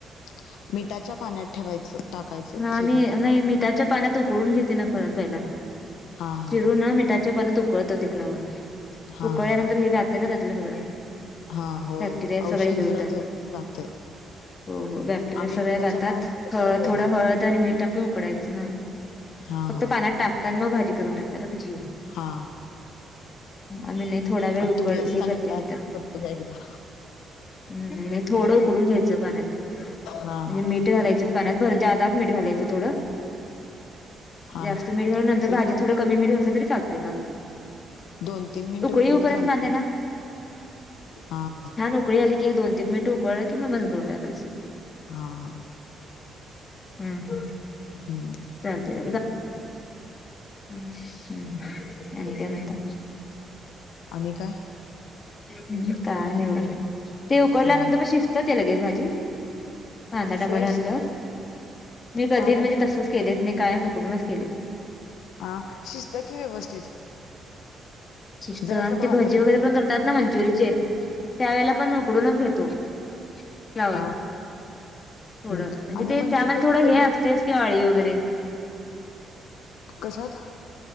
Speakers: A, on the left; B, on the left.
A: <unintelligible> मिठाच्या पाण्यात ठेवायचं. टाकायचं
B: हानी
A: चिरून
B: नाही मिठाच्या पाण्यात उकळून घेते ना प पहिला.
A: हा हा
B: चिरून मिठाच्या पाण्यात उकळत ते फ्लावर,
A: हा
B: उकळल्यानंतर
A: हा
B: हे जाते ना त्यातलं सगळं.
A: हा होय
B: बॅक्टेरिया
A: औषध
B: सगळे हे होतात
A: जरा जऊ जातय.
B: हो हो बॅक्टेरिया
A: आम्ही
B: सगळ्या
A: मिठाच्या
B: जतात
A: पाण्यात करतोय
B: हळद
A: पहिला
B: थोडं हळद आणि मीठ टाकून उकडायचं हा.
A: हा
B: फक्त
A: हा
B: पाण्यात टाकता आणि मग भाजी करून टाकता का त्याची.
A: हा.
B: आम्ही नाही थोड्या वेळ
A: आता
B: उकड
A: तुम्ही असं
B: हे
A: सांगितला
B: करते मी तर
A: करतो का एकदा
B: नाही नाही थोडं उकडून घ्यायचं पाण्यात
A: हा
B: म्हणजे
A: हा
B: मीठ घालायचं पाण्यात भर ज्यादाच मिठ घालायचं थोडं.
A: हा
B: जास्त
A: हा
B: मिठ घाल नंतर
A: एक
B: भाजी
A: दोन
B: थोडं
A: तीन
B: कमी मिठ घातल तरी चालतंय मग.
A: दोन तीन मिनिटं
B: उकळी
A: उकडलं
B: येऊ पर्यंत
A: तर चालते
B: पाण्याला.
A: हा हा
B: उकळी आली की एक दोन तीन मिनिट उकळ कि मग बंद करून टाकायच.
A: हा हा.
B: हम्म हम्म.
A: हम्म.
B: चालते <unintelligible> आणि काय म्हणता.
A: आणि काय?
B: हम् काय नाही ब, ते उकडल्यानंतर
A: हम्म
B: मग शिजत ते लगे भाजी. कांदा टोमॅटो
A: होय
B: घातल्यावर, मी कधी
A: पाण्यात
B: म्हणजे तसच केलेत नाही कायम उकडूनच केले.
A: आ शिजत्या की व्यवस्थित.
B: शिस्त
A: जर
B: आणि
A: असं भा
B: ते भजी वगैरे पण करतात ना मंचूरिचे. त्यावेळेला पण उकडूनच घेतो, फ्लॉवर.
A: हा
B: थोडं
A: हम्म
B: म्हणजे
A: आम्ही
B: ते
A: मंचुरियन
B: त्यामध्ये थोडं
A: कोबी
B: हे असतयच कि <unintelligible> वगैरे.
A: कशात?